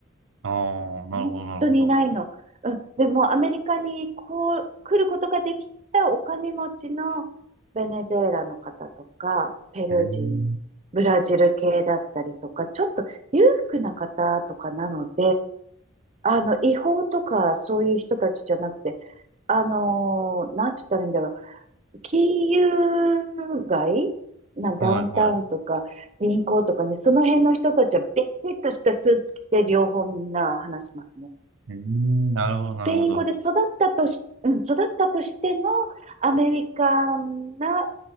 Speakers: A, on the right (about 80°); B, on the right (about 35°).
A: ああ、なるほど、
B: 本当にないの。
A: なるほど。
B: うん。でも、アメリカにこう、来ることができたお金持ちのベネズエラの方とか、ペルー人、
A: うーん。
B: ブラジル系だったりとか、ちょっと裕福な方とかなので、あの、違法とかそういう人たちじゃなくて、あのーなんて言ったらいいんだろう。金融街なダウンタウンとか銀行とかね、
A: はい、はい。う
B: その辺の人たちはビシッとしたスーツ着て両方みんな話しますね。
A: ーん、なるほど、
B: スペイン語で育ったとし、
A: なるほど。
B: うん、育ったとしても、アメリカンな、